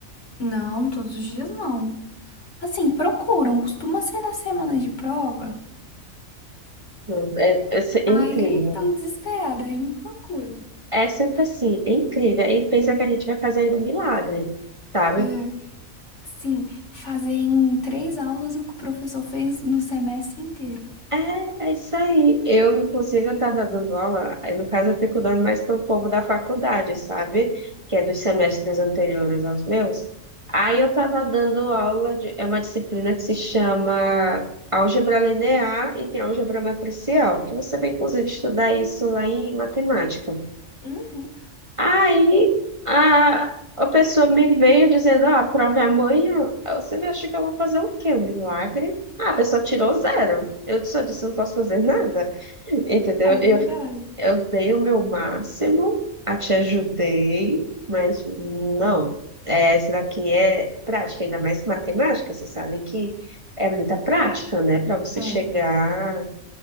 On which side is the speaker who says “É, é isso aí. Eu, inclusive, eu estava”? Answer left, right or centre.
Right